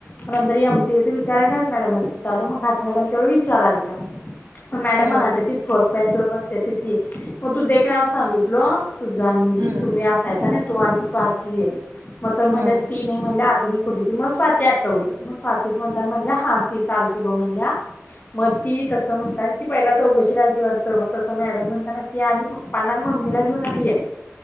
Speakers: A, on the left (about 40°); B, on the right (about 55°).
A: मग नंतर एमसीएचा विचार आहे आत मॅडम तिथ आलो मग आत मॅडम ते विसरायला आलत्या - मॅडम
B: हम्म
A: म्हणाले ती फर्स्ट बेंचवरर बसते त ती - तुजे एक नाव संगितलो तुझ म्हणजे
B: हम्म
A: तुम्ही असायचा ना तू आणि स्वा - मग तर म्हण
B: हम्म
A: तीन म्हण आधुनिक होती. ती मग स्वाती आटवली मग स्वातीच म्हणतान, म्हणल्या हा तीच आलती बघ म्हणल्या मग ती तसं म्हणता ती पहिला चौकशी अलती वाटतं मग तसं मॅडम म्हणता ती आणि पप्पांना आणि मम्मीला घेऊन आलीए